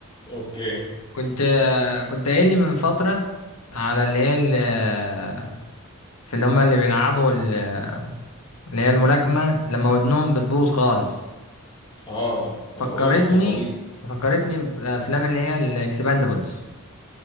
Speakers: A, on the left; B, on the left.
A: اوكي
B: كنت كنت قايل لي من فترة على اللي هي ال- في اللي هما اللي بيلعبوا ال- اللي هي الملاكمة لما ودنهم بتبوظ خالص
A: اه
B: فكرتني
A: آه، اذن القرنبيط
B: فكرتني بأفلام اللي هي الإكسباندبلز